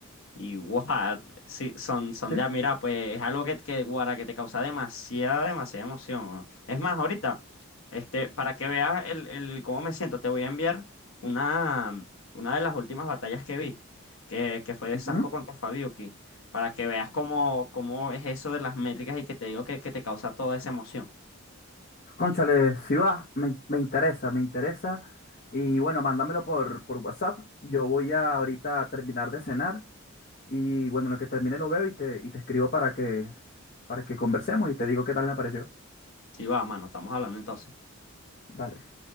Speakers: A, on the left (about 70°); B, on the left (about 45°).
A: y guau, <laughs> sí, son, son
B: ¿Sí?
A: de admirar, pues es algo que, que, guara, que te causa demasiada, demasiada emoción. weón. Es más, ahorita, este, para que veas el, el cómo me siento, te voy a enviar una, una de las últimas batallas que vi, que, que fue de
B: Ujú.
A: Sasco contra Fabiuki, para que veas cómo, cómo es eso de las métricas y que te digo que, que te causa toda esa emoción.
B: Cónchale, si va, me, me interesa, me interesa. Y bueno, mándamelo por, por WhatsApp. Yo voy a ahorita terminar de cenar Y bueno, en lo que termine lo veo y te, y te escribo para que, para que conversemos y te digo qué tal me pareció.
A: Sí, va, mano, estamos hablando entonces.
B: Dale.